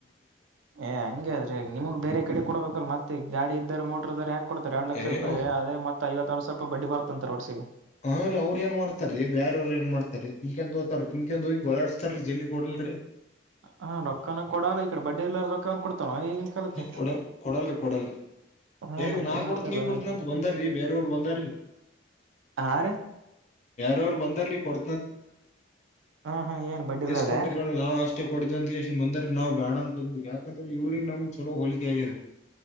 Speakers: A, on the right; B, on the left.
A: ಏ ಹಂಗಗೆ ಅ ಆದ್ರೆ ನಿಮ್ಗ್ಗೆ ಬೇರೆ ಕಡೆ ಕೊಡಬೇಕಲ್ಲ ಮತ್ತೆ ಜಾ ಗಾಡಿ ಇದ್ದ ಮೋರ್ ಇದಾರೆ ಯಾಕ್ ಕೊಡ್ತಾರೆ ಎರಡ್ ಲಕ್ಷ
B: ಏ
A: ರೂಾಯಿ
B: ಅವ್
A: ಅದ ಮತ್ತಐವಾರ ಸಾವರ ರೂಪಾಯ ಬಡ್ಡಿ ಬರ್ತಂತಾರೆ ವರ್ಷಿಗೆ
B: ಹಂರಿ ಅವ್ರ ಏನ್ ಮಾಡ್ತಾರ ರೀ ಬೇಾರವ್ರ ಏನ್ ಮಾಡ್ತಾರೀ ಇಿಕಂದ ಹತಾರ ತಮಕ ಈಗ ಓಡಡ್ಸ್ತಾರೀ ಜಲ್ಲಿ ಕೊಡಲ್
A: ಹಾ ರೊಕ್ಕಾನ ಕೊಡಲ್ಲ ಈ ಕಡೆ ಬಡ್ಡಿ ಇಲ್ಲಾರ ರೊಕ್ಕ ಕೊಡ್ತಾನ ಈಗಿನ ಕಾಲಕ್ಕೆ
B: ಕೊಡ ಕೊಡಲ್ರಿ ಕೊಡಲ್ರಿ
A: ಹಾ
B: ಹೇಗ
A: ಮತ್ತೆ
B: ನಾ
A: ನೀವತ್ತಲ್ಲ
B: ಕೊಡ್ತ ನೀವ ಕೊಡತಿನ ಅಂತ ಬಂದಾರೀ ಬೇರೆಯವ್ರ ಬಂದಾರಿ
A: ಹ ರೀ
B: ರು ಬಂದಾರೀ ಕೊನ
A: ಹಾ ಹಾ ಏನ್ ಬಡ್ಡಿ ಇರ್ಲಾರ್ದೆ
B: ಕೊಟ ನಾವು ಅಷ್ಟೇ ಕೊಡಂದ ದಿವ ಬಂದ್ರ ನಾವ್ ಬೇಡ ಅಂತಂದ ಯಾಕಂದ್ರೆ ಇವ್ರಿಗೆ ನಮ್ಗ್ ಚಲೋ ಹೋಲಿಕೆ ಆಗ್ಯ್ರರಿ